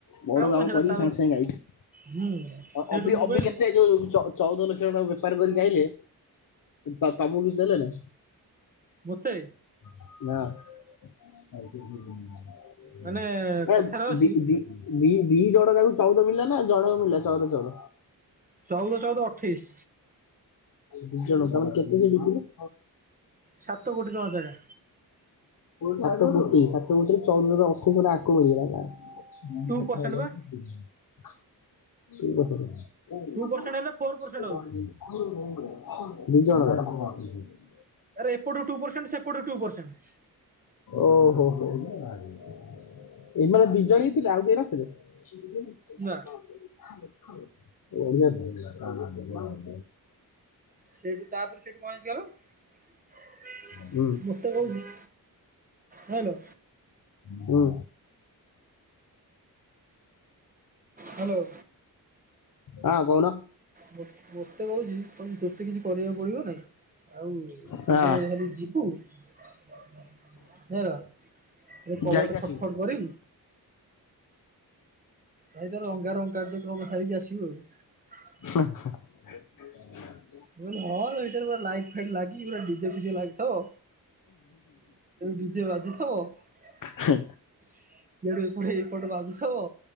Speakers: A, on the left; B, on the right.
A: ବଡ କାମ
B: ନୁହଁ ସେଇଟା
A: କରି
B: ତା
A: ସାଙ୍ଗେ ସାଙ୍ଗେ ଆଇଲି।
B: ହୁଁ ସେଇଠୁ
A: ଅବି
B: ମୁଁ
A: ଅବି
B: କହିଲି
A: କେତେ! ଯୋଉ ଚଉଦ ଲକ୍ଷ ଟଙ୍କା ବେପାର କରିକି ଗାଇଲେ, ତା ତମକୁ କିଛି ଦେଲେନା!
B: ମୋତେ?
A: ନା।
B: ମାନେ କଥାରେ ଅଛି
A: ଦି ଦି ଜଣ ଯାହାକୁ ଚଉଦ ମିଳିଲା ନା ଜଣ ମିଳିଲା ଚଉଦ ଚଉଦ?
B: ଚଉଦ ଚଉଦ ଅଠେଇଶ
A: ଦୁ ଜଣ ତମ କେତେ ସେ ଜିତିଲେ? <inaudible>
B: ସାତ କୋଟି ଟଙ୍କା ଜାଗା
A: ସାତ କୋଟି ସାତ କୋଟି ଚଉଦ ଅଠେଇଶ ଆକୁ ମିଳିଲା ନା? <unintelligible>
B: ଟୁ ପରସେଣ୍ଟ ବା ଟୁ ପରସେଣ୍ଟ ହେଲେ
A: <inaudible>
B: ଫୋର ପରସେଣ୍ଟ ହଉଛି। ଆରେ ଏପଟୁ ଟୁ ପର୍ସେଣ୍ଟ୍ ସେପଟରେ ଟୁ ପର୍ଷେଣ୍ଟ।
A: ଓହୋ ହୋ ହୋ ଏଇ ମାନେ ଦିଜଣ ହିଁ ପିଲା ଆଉ କେହି ନଥିଲେ? <unintelligible>
B: ନା
A: ବଢିଆ ।
B: ସେଇଠୁ ତାପରେ ସେଇଠୁ କଣ ହେଇଚି କହିଲ,
A: ହୁଁ
B: ମତେ କହୁଛି ହ୍ୟାଲୋ
A: ହୁଁ।
B: ହ୍ୟାଲୋ।
A: ହଁ କୋଉନ।
B: ମୋ ମୋତେ କହୁଛି କୋଉ ଏତେ କିଛି କରିବାକୁ ପଡିବ ନାଇ, ଆଉ ତୁ
A: ହଁ
B: ତୋର ଖାଲି ଯିବୁ <unintelligible> ଏରେ କବାଟ
A: ଯାଇକି ଆସିବୁ।
B: ଖଟ ଖଟ କରି ଭାଇ ତାର ରଙ୍ଗାରଙ୍ଗ କାର୍ଯ୍ୟକ୍ରମ ସାରିକି ଆସିବୁ ଆଉ।
A: <inaudible>
B: ମୁଁ କହିନି ହଁ, ଏଇଥିରେ ପୁରା ଲାଇଟ୍ ଫାଇଟ୍ ଲାଗି ପୁରା ଡିଜେ ଫିଜେ ଲାଗିଥବ। ଡିଜେ ବାଜୁଚି। ବ
A: ହଁ
B: ସେଡୁ ଏଇପଟ ବାଜୁଥବ।